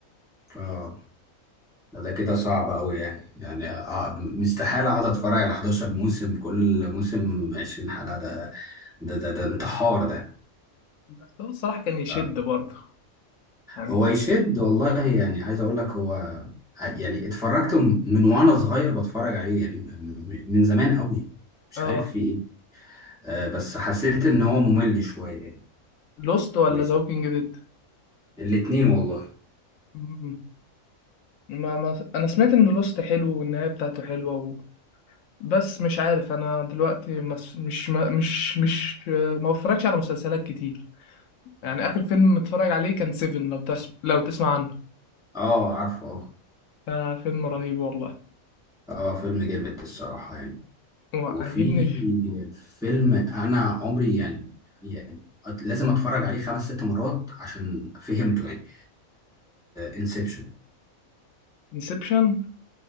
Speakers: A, in the centre; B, on the left (about 70°).
A: اه لا ده كده صعب أوي يعني يعني آه مستحيل أقعد أتفرج على 11 موسم كل موسم 20 حلقة ده ده ده, ده انتحار ده
B: بس هو الصراحة كان يشد
A: آه،
B: برضه يعني
A: هو يشد والله يعني عايز أقول لك هو آه، يعني اتفرجت من وأنا صغير بتفرج عليه يعني من من زمان أوي مش
B: اه
A: عارف في إيه آه بس حسيت إن هو ممل شوية يعني
B: لوست ولا
A: مش
B: ذا ووكينج ديد
A: الاتنين والله
B: مم. ما ما انا سمعت ان لوست حلو والنهاية بتاعته حلوة و... بس مش عارف انا دلوقتي مس... مش ما... مش مش آه، ما بفرجش على مسلسلات كتير يعني اخر فيلم متفرج عليه كان سيفن لو تس... لو تسمع عنه
A: اه عارفه اه
B: آه فيلم رهيب والله
A: اه فيلم جامد الصراحة يعني
B: وعجبني
A: وفي فيلم انا عمري يعني يعني أت- لازم اتفرج عليه خمس ست مرات عشان فهمته يعني انسبشن
B: انسبشن